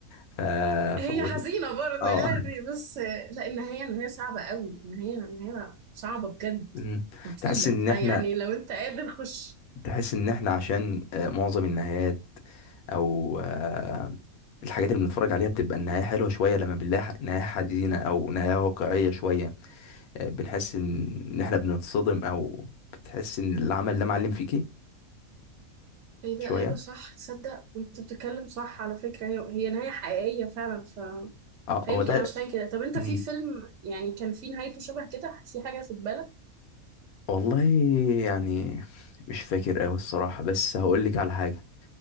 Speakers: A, on the left (about 85°); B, on the right (about 65°).
A: ف
B: هي
A: فبقول
B: حزينة برضه
A: اه
B: يعني
A: <laughs>
B: بس لا النهاية النهاية صعبة قوي النهاية النهاية صعبة بجد
A: مم.
B: وتقيلة
A: تحس ان
B: فيعني
A: احنا
B: لو انت قادر خش
A: تحس ان احنا عشان آه، معظم النهايات او آه، الحاجات اللي بنتفرج عليها بتبقى النهاية حلوة شوية لما بنلاقي ح- نهاية حزينة او نهاية واقعية شوية آه، بنحس ان إن احنا بنتصدم او بتحس ان العمل ده معلم فيكي
B: ايه
A: شوية
B: ده ايوه صح تصدق انت بتتكلم صح على فكرة هي هي نهاية حقيقية فعلا ف...
A: اه
B: فيمكن
A: هو ده
B: عشان كده طب انت
A: مم.
B: في فيلم يعني كان في نهايته شبه كده في حاجة في بالك؟
A: والله يعني مش فاكر اوي الصراحة بس هقول لك على حاجة